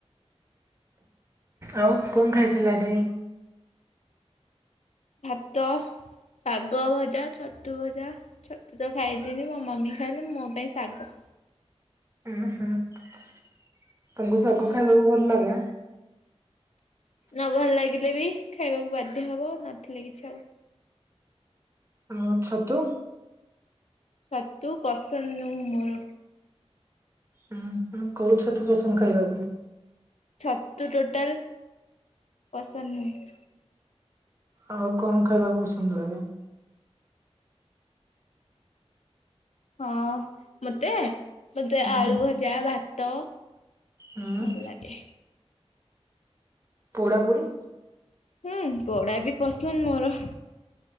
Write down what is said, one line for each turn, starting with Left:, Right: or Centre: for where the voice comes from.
Right: ଆଉ କଣ ଖାଇଥିଲ ଆଜି?
Left: ଭାତ ଶାଗ ଭଜା ଛତୁ ଭଜା। ଛତୁ ତ ଖାଇଲିନି ମୋ ମମି ଖାଇଲେ ମୋ ପାଇଁ ଶାଗ।
Right: ଉୁଁ ହୁଁ ତାଙ୍କୁ
Left: ହୁଁ
Right: ଶାଗ ଖାଇବାକୁ ଭଲ ଲାଗେ ଆଁ?
Left: ନ ଭଲ ଲାଗିଲେ ବି ଖାଇବାକୁ ବାଧ୍ୟ ହବ ନଥିଲେ କିଛି ଆଉ।
Right: ଆ ଛତୁ
Left: ଛତୁ ପସନ୍ଦ ନୁହଁ ମୋର।
Right: ହୁଁ କଉ ଛତୁ ପସନ୍ଦ ଖାଇବାକୁ?
Left: ଛତୁ ଟୋଟାଲ ପସନ୍ଦ ନୁହେଁ।
Right: ଆଉ କଣ ଖାଇବାକୁ ପସନ୍ଦ ଲାଗେ?
Left: ହଁ ମତେ ମତେ
Right: ଉଁ
Left: ଆଳୁ ଭଜା ଭାତ।
Right: ଉଁ
Left: ଭଲ ଲାଗେ।
Right: ପୋଡ଼ାପୋଡ଼ି।
Left: ହୁଁ ପୋଡା ବି ପସନ୍ଦ ମୋର।